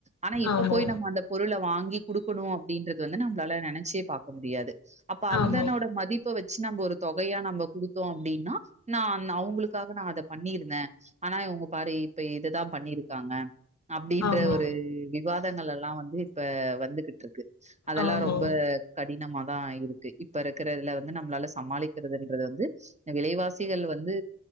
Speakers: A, on the right; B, on the left.
A: ஆனா இப்ப
B: ஆமா
A: போய் நம்ம அந்த பொருள வாங்கி குடுக்கணு அப்டின்றது வந்து நம்மளால நெனைச்சே பாக்க முடியாது அப்ப அந்தனோட
B: ஆமா
A: மதி ப்ப வச்சு நம்ம ஒரு தொகையா நம்ம குடுத்தோ அப்டின்னா நான் அவங்களுக்காக நா அத பண்ணிருந்தே ஆனா இவங்க பாரு இப்ப இதுதா பண்ணிருக்காங்க அப்படின்ற
B: ஆமா
A: ஒரு விவாதங்கள் எல்லா வந்து இப்ப வந்துகிட்டு இருக்கு அதெல்லா
B: ஆமா
A: ரொம்ப கடினம தா இருக்கு இப்ப இருக்கற இதுல வந்து நம்மளால சமாளிக்கிறதுன்றது வந்து விலைவாசிகள் வந்து